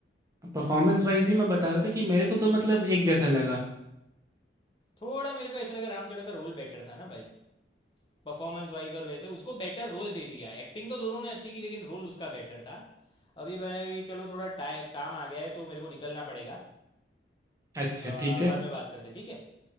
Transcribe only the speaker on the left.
थोड़ा मेरे को ऐसा लगा रामचरण का रोल बेटर था ना भाई परफॉर्मेंस वाइज और वैसे उसको बेटर रोल दे दिया एक्टिंग तो दोनों ने अच्छी की लेकिन रोल उसका बेटर था अभी भाई चलो थोड़ा टाइम काम आ गया है तो मेरे को निकलना पड़ेगा
अ,
बाद में बात करते हैं ठीक है